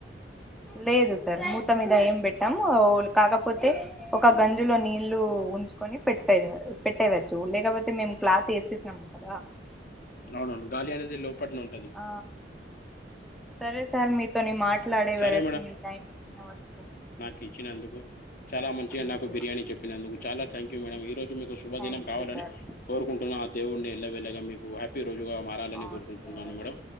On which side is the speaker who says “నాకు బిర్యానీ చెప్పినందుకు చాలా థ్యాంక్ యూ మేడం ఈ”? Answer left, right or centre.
Left